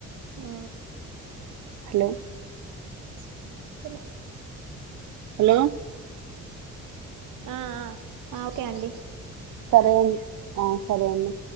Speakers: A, on the right (about 85°); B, on the right (about 70°).
A: ఆ
B: హలో
A: కనిపిస్తల
B: హలో
A: ఆ ఆ ఓకే అండి
B: సరే అండి ఆ సరే అండి